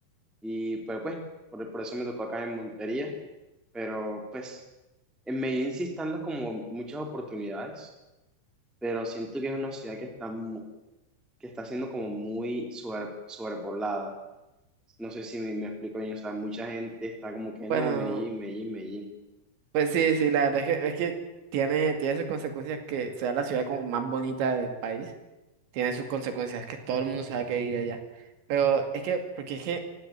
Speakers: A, in the centre; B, on the right.
A: y pues, pues, por, por eso me tocó acá en Montería, pero pues, en Medellín sí están los como muchas oportunidades, pero siento que es una ciudad que está, mu- que está siendo como muy sobre, sobrepoblada No sé si me, me explico bien, o sea, mucha gente está como que
B: Bueno,
A: no, Medellín, Medellín, Medellín.
B: pues sí, sí, la verdad es que, es que tiene, tiene sus consecuencias que sea la ciudad como más bonita del país. Tiene sus consecuencias, que todo el mundo sabe que vive allá. Pero es que, porque es que,